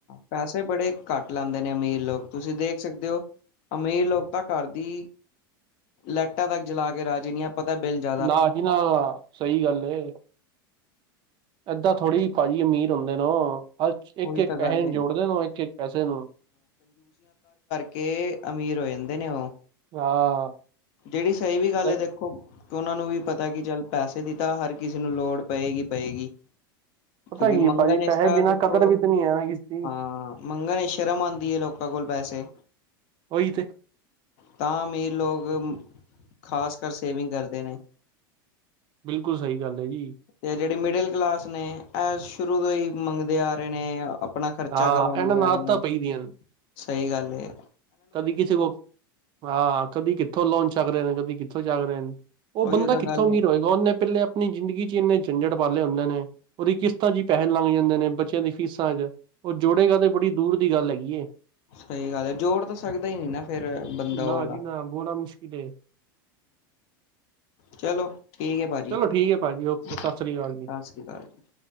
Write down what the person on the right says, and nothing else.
ਨਾ ਜੀ ਨਾ, ਸਹੀ ਗੱਲ ਏ। ਏਦਾਂ ਥੋੜੀ ਭਾਜੀ, ਅਮੀਰ ਹੁੰਦੇਨ ਉ। ਅ, ਇੱਕ-
ਇੱਕ
ਪੈਸੇ ਨੂੰ
ਜੋੜਦੇ ਨੇ ਓ, ਇੱਕ- ਇੱਕ ਪੈਸੇ ਨੂੰ।
ਹਾਂ।
ਸਹੀ
ਪਤਾ
ਕੀ
ਭਾਜੀ,
ਪੈਸੇ
ਬਿਨਾਂ
ਕਦਰ ਵੀ ਤਾਂ ਨਹੀਂ ਹੈ ਨਾ, ਕਿਸੇ ਦੀ।
ਓਹੀ ਤੇ।
ਬਿਲਕੁਲ ਸਹੀ ਗੱਲ ਹੈ, ਜੀ।
ਹਾਂ
ਇਹਨਾਂ ਨੂੰ
ਆਦਤਾਂ
ਪਈ ਦੀਆਂ ਨੇ
ਕਦੀ ਕਿਸੇ ਕੋਲ ਹਾਂ, ਕਦੀ ਕਿੱਥੋਂ ਲੋਨ ਚੱਕ ਰਹੇ ਨੇ, ਕਦੀ ਕਿੱਥੋਂ ਚੱਕ ਰਹੇ ਨੇ। ਉਹ
ਬੰਦਾ
ਕਿੱਥੋਂ
ਅਮੀਰ
ਹੋਏਗਾ, ਉਹਨੇ ਪਹਿਲੇ ਆਪਣੀ ਜ਼ਿੰਦਗੀ ਚ, ਇੰਨੇ ਝੰਜਟ ਪਾਲੇ ਹੁੰਦੇ ਨੇ, ਉਹਦੀ ਕਿਸ਼ਤਾਂ ਚ ਪੈਸੇ ਲੰਘ ਜਾਂਦੇ ਨੇ, ਬੱਚਿਆਂ ਦੀ ਫੀਸਾਂ ਚ। ਉਹ ਜੋੜੇਗਾ, ਤੇ ਬੜੀ ਦੂਰ ਦੀ ਗੱਲ ਹੈਗੀ।
ਨਾ
ਜੀ ਨਾ, ਬੋੜਾ ਮੁਸ਼ਕਿਲ ਹੈ।
ਚਲੋ ਠੀਕ ਹੈ ਭਾਜੀ ਓਕੇ
ਸਤਿ ਸ੍ਰੀ ਅਕਾਲ ਜੀ।